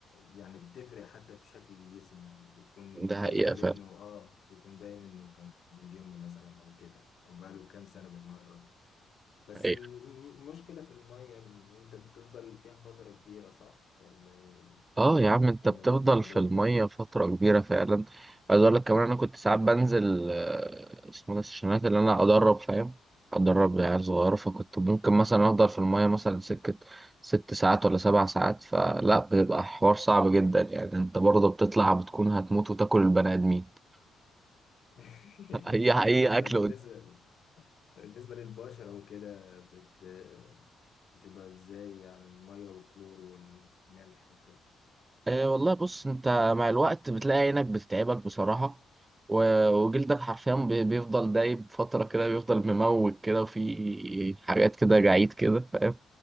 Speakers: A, on the left; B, on the right.
A: يعني بتفرق حتى في شكل الجسم يعني بيكون
B: ده
A: باين
B: حقيقة
A: عليه
B: فعلا
A: انه اه بيكون باين انه كان في الجيم مثلا او كده او بقاله كام سنه بيتمرن بس
B: حقيقة
A: المشكلة في المية إن أنت بتفضل فيها فترة كبيرة صح؟ ولا إيه؟ كان
B: اه
A: بيعاني
B: يا عم انت
A: من
B: بتفضل
A: الموضوع
B: في المية
A: ده
B: فترة كبيرة فعلا عايز اقول لك كمان انا كنت ساعات بنزل آه، اسمه ده السيشنات اللي انا ادرب فاهم ادرب عيال صغيرة فكنت ممكن مثلا افضل في المية مثلا سكة ست ساعات ولا سبع ساعات فلا بيبقى حوار صعب جدا يعني انت برضه بتطلع بتكون هتموت وتاكل البني ادمين <laughs>
A: <laughs>
B: اي اي اكل
A: طب بالنسبة بالنسبة للبشرة وكده بت... بتبقى إزاي يعني المية والكلور والملح وكده
B: أه والله بص انت مع الوقت بتلاقي عينك بتتعبك بصراحة و- وجلدك حرفيا بي- بيفضل دايب فترة كده بيفضل مموج كده وفي حاجات كده جعيد كده فاهم